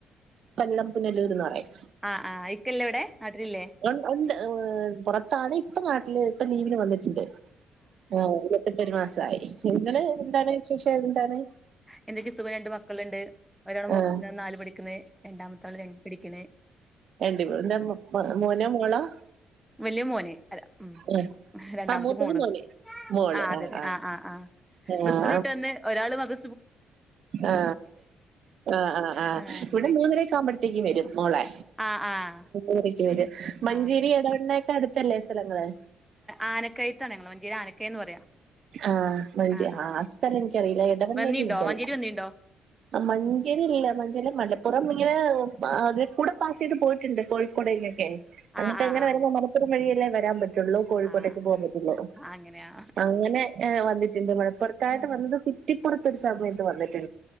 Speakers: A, on the right; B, in the centre.
A: കൊല്ലം പുനലൂർന്ന് പറയും
B: ആ ആ ഇക്കല്ലേ ഇവിടെ നാട്ടിലില്ലേ
A: ഉ ഉണ്ട് പുറത്താണ് ഇപ്പ നാട്ടില് ഇപ്പ ലീവിന് വന്നിട്ടുണ്ട് ആ ഇതിപ്പോ ഒരു മാസയി നിങ്ങനെ എന്താണ് വിശേഷം എന്താണ്
B: എന്തൊക്കെയ സുഖം രണ്ട് മക്കളുണ്ട് ഒരാണ്
A: ആഹ്
B: നാല് പിഠിക്കുന്നത് രണ്ടാമത്താള് രണ്ട് പഠിക്കാണ്
A: എണ്ട എന്താ മോനോ മോളോ
B: വലിയ മോന് ഉ
A: ആഹ്
B: രണ്ടാമത്തെ
A: ആ മൂത്തത്
B: മോള്
A: മോന് മോള്
B: ആ അതെ
A: ആഹ്
B: അതെ ആ ആ
A: ആഹ്
B: ഇപ്പൊ സ്കൂളിട്ട് വന്ന് ഒരാള് മദ
A: ആ ആ ആ ആ
B: ആഹ് അങ്ങനെയൊക്കെ
A: ഇവിടെ മൂന്നരക്ക ആകുമ്പോഴത്തേക്കും വരും മോളെ
B: ആഹ് ആഹ്
A: മണിക്ക് വരും മഞ്ചേരി
B: ആഹ്
A: ഇടവെണ്ണയൊക്കെ അടുത്തല്ലേ സ്ഥലങ്ങള്
B: ആനക്കയത്താണ് ഞങ്ങൾ മഞ്ചേരി ആനക്കയന്ന് പറയാ
A: ആ മഞ്ചേ
B: ആഹ് ആഹ്
A: ആ ആ സ്ഥലം എനിക്കറിയില്ല എടവെണ്ണക്ക
B: വന്നീണ്ടോ
A: എനിക്കറിയാം
B: മഞ്ചേരി വന്നീണ്ടോ
A: ആ മഞ്ചേരില്ല മഞ്ചേരി മലപ്പുറം ഇങ്ങനെ കൂടെ പാസ് ചെയ്ത് പോയിട്ടുണ്ട് കോഴിക്കോടൊക്കെ അങ്ങിട്ട്
B: ആഹ് ആഹ്
A: എങ്ങനെ വരുമ്പോ <unintelligible> ഒരു വഴിയല്ലേ വരാൻ പറ്റും കോഴിക്കോട്ടേക്ക്
B: ആഹ് അങ്ങനെ
A: പോകൻ പറ്റല്ലോ
B: ആഹ് അങ്ങനെയാ
A: അങ്ങന ഇങ്ങെ വന്നിട്ടുണ്ട് മലപ്പുറത്തായിട്ട്
B: ആഹ്
A: വന്നത് കുറ്റിപ്പുറത്തരു സമയത്ത് വന്നിട്ട്